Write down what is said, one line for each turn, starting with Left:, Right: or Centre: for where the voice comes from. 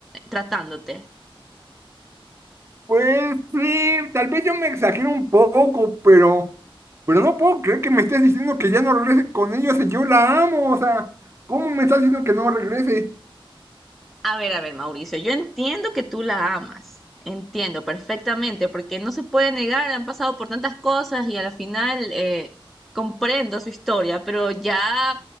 Centre: tratándote.
Right: Pues sí, tal vez yo me exagero un poco, pero, pero no puedo creer que me estés diciendo que ya no regrese con ellos y yo la amo, o sea, ¿cómo me estás diciendo que no regrese?
Centre: A ver, a ver, Mauricio, yo entiendo que tú la amas, entiendo perfectamente, porque no se puede negar, han pasado por tantas cosas y a la final eh, comprendo su historia, pero ya